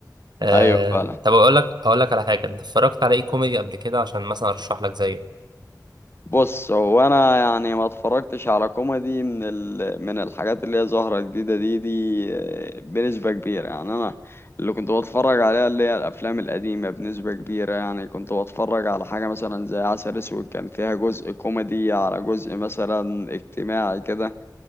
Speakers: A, on the right (about 75°); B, on the left (about 35°).
A: آه،
B: ايوه فعلا
A: طب اقول لك اقول لك على حاجه انت اتفرجت على ايه كوميدي قبل كده عشان مثلا ارشح لك زيه
B: بص هو انا يعني ما اتفرجتش على كوميدي من ال... من الحاجات اللي هي ظاهرة جديدة دي دي آه، بنسبة كبيرة يعني انا اللي كنت بتفرج عليها اللي هي الافلام القديمة بنسبة كبيرة يعني كنت بتفرج على حاجة مثلا زي عسل اسود كان فيها جزء كوميدي على جزء مثلا اجتماعي كده